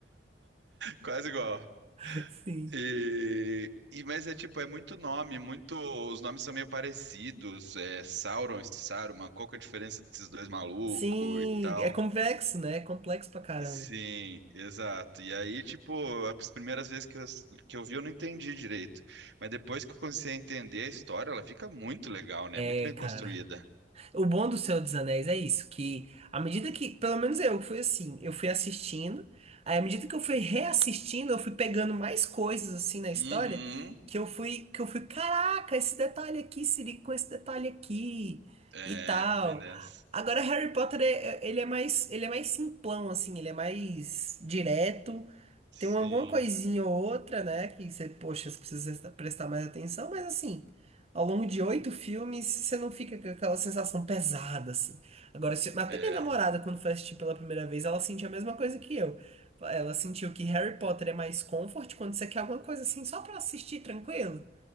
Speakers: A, on the right; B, on the right.
A: quase igual.
B: <laughs> Sim.
A: E... e- mas é tipo, é muito nome, muito. Os nomes são meio parecidos. É Sauron e Saruman, qual que é a diferença desses dois malucos
B: Sim,
A: e tal?
B: é complexo, né? É complexo pra caramba.
A: Sim, exato. E aí, tipo, as primeiras vezes que eu, que eu vi, eu não entendi direito. Mas depois que eu comecei a entender a história, ela fica muito legal, né?
B: É,
A: Muito bem construída.
B: cara. O bom do Senhor dos Anéis é isso, que à medida que, pelo menos eu fui assim, eu fui assistindo, aí à medida que eu fui reassistindo, eu fui pegando mais coisas assim na história,
A: Uhum.
B: que eu fui, que eu fui, caraca, esse detalhe aqui se liga com esse detalhe aqui
A: É,
B: e tal.
A: bem dessa.
B: Agora Harry Potter é- é, ele é mais, ele é mais simplão assim, ele é mais direto.
A: Sim,
B: Tem alguma coisinha ou outra, né, que você, poxa, você precisa presta- prestar mais atenção, mas assim, ao longo de oito filmes, você não fica com aquela sensação pesada, assim. Agora, se- até
A: é,
B: minha namorada, quando foi assistir pela primeira vez, ela sentiu a mesma coisa que eu. Ela sentiu que Harry Potter é mais comfort quando você quer alguma coisa assim, só pra assistir tranquilo.